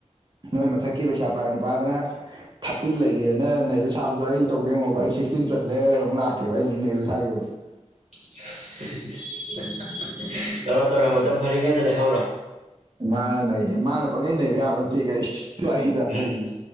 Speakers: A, on the right; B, on the right.
A: ꯅꯣꯏ ꯃꯊꯛꯀꯤ ꯄꯩꯁꯥ ꯄꯥꯏ ꯅꯨꯄꯥꯗꯨꯅ ꯊꯥꯔꯇꯤꯟ ꯂꯩꯔꯑꯦꯅ ꯅꯩꯕ ꯁꯥꯕꯗꯣ ꯑꯩ ꯇꯧꯒꯦ ꯌꯦꯡꯉꯣꯕ ꯑꯩ ꯁꯤꯛꯁꯇꯤꯟ ꯄ꯭ꯂꯁ ꯂꯩꯔ ꯑꯃꯨꯛ ꯂꯥꯛꯀꯦꯕ ꯑꯩ ꯑꯃꯨꯛ ꯅꯩꯕ ꯁꯥꯒꯦꯕ <inaudible>
B: <unintelligible> ꯇꯧꯔꯣ ꯇꯧꯔꯣ ꯃꯇꯝ ꯐꯔꯤꯉꯩꯗ ꯂꯩꯍꯧꯔꯣ
A: ꯃꯥꯅ ꯅꯩꯌꯦ ꯃꯥꯅ ꯄꯪꯅꯩ ꯅꯩꯕ ꯌꯥꯕ ꯅꯠꯇꯦ ꯍꯩꯁ ꯁ꯭ꯋꯥꯏꯖꯤꯗ
B: ꯎꯝ